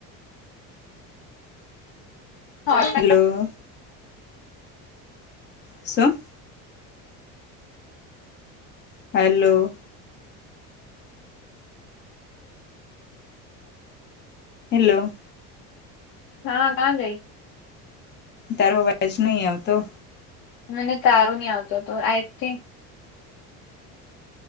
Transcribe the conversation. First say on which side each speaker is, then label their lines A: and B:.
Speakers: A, on the left (about 70°); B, on the left (about 30°).
A: હા.
B: હલો. શુ? હલો. હેલો.
A: હા, ના જાય.
B: તારો અવાજ નહી આવતો.
A: મને તારું નહીં આવતું હતું, આઈ થિંકટ.